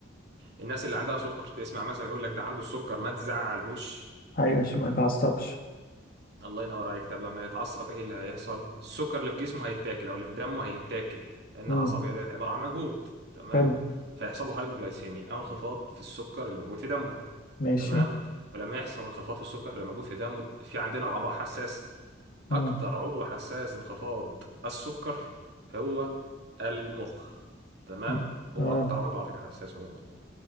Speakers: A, on the right; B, on the left.
A: الناس اللي عندها سكر تسمع مثلا يقول لك ده عنده السكر ما تزعلهوش
B: أيوة عشان ما يتعصبش
A: الله ينور عليك طب لما يتعصب ايه اللي هيحصل السكر اللي في جسمه هيتاكل او اللي في دمه هيتاكل لان
B: مم.
A: العصبيه ديت عباره عن مجهود تمام
B: حلو
A: فيحصل له هايبوجلايسيميا او انخفاض في السكر اللي موجود في دمه
B: ماشي
A: تمام ولما يحصل انخفاض في السكر اللي موجود في دمه في عندنا اعضاء حساس
B: مم.
A: اكتر عضو حساس انخفاض السكر هو المخ تمام
B: مم.
A: هو
B: تمام
A: اكتر عضو على فكره حساس عموما يعني